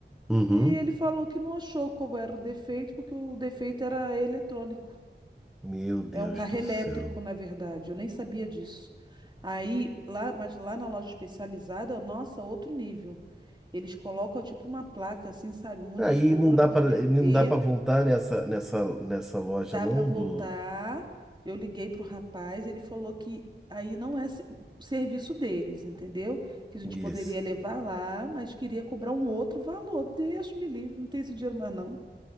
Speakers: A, in the centre; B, on the right.
A: uhum.
B: e ele falou que não achou qual era o defeito, porque o defeito era eletrônico.
A: Meu Deus
B: É um carro
A: do
B: elétrico,
A: céu.
B: na verdade. Eu nem sabia disso. Aí, lá, mas lá na loja especializada, nossa, outro nível. Eles colocam tipo uma placa assim, sabe, um monitor
A: Aí não
B: para
A: dá
B: poder
A: para
B: ver,
A: não dá para voltar nessa nessa nessa loja
B: dá
A: não
B: para voltar.
A: do
B: Eu liguei pro rapaz, ele falou que aí não é se- o serviço deles, entendeu? Que a gente
A: Guiz.
B: poderia levar lá, mas queria cobrar um outro valor. Deus me livre, não tem esse dinheiro mais não.